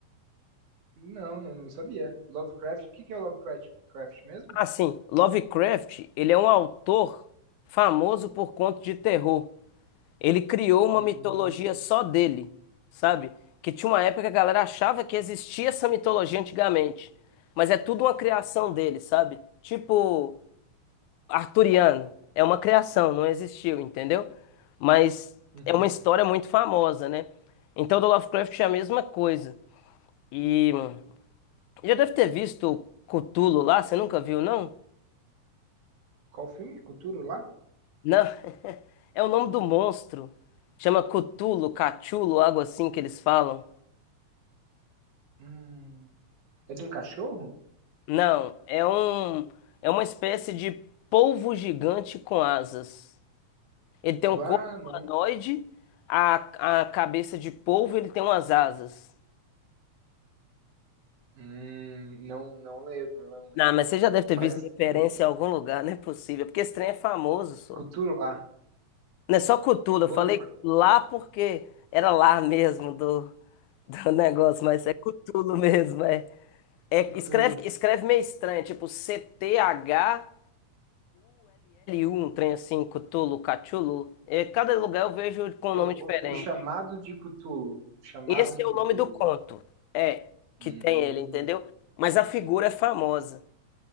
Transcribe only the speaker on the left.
Ah, sim, Lovecraft, ele é um autor famoso por contos de terror. Ele criou uma
mitologia só dele, sabe? Que tinha uma época que a galera achava que existia essa mitologia antigamente, mas é tudo uma criação dele, sabe? Tipo arturiano. É uma criação, não existiu, entendeu? Mas
é uma história muito famosa, né? Então, do Lovecraft é a mesma coisa. E hum, já deve ter visto o Cthulhu lá, você nunca viu, não?
Não, <laughs> é o nome do monstro. Chama Cthulhu, Cachulo, algo assim que eles falam.
Não, é um é uma espécie de polvo gigante com asas. Ele tem um
corpo
humanoide, a, a cabeça de polvo, ele tem umas asas.
Não, mas você já deve ter
visto
referência em algum lugar, não é possível, porque esse trem é famoso, só.
Não é só Cthulhu,
eu falei lá porque era lá mesmo do, do <laughs> negócio, mas é Cthulhu mesmo, é. É,
escreve, escreve meio estranho, tipo C-T-H-U-L-L-U, um trem assim, Cthulhu, Cthulhu. É, cada lugar eu vejo com
um nome diferente.
Esse
é
o nome do conto, é, que
tem ele, entendeu? Mas a figura é famosa.